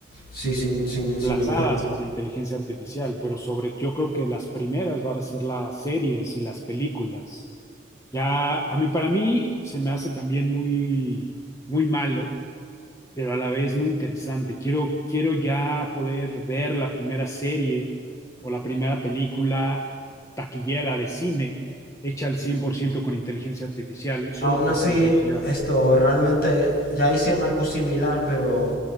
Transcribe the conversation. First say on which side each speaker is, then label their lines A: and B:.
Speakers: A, on the left; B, on the left.
A: Sí, sin, sin,
B: reemplazadas
A: sin empleo.
B: por la inteligencia artificial, pero sobre, yo creo que las primeras van a ser las series y las películas. Ya, a mí, para mí, se me hace también muy, muy malo pero a la vez muy interesante. Quiero, quiero ya poder ver la primera serie o la primera película taquillera de cine hecha al 100% con inteligencia artificial, solo
A: Aún
B: por
A: así,
B: curiosidad.
A: esto realmente ya hicieron algo similar, pero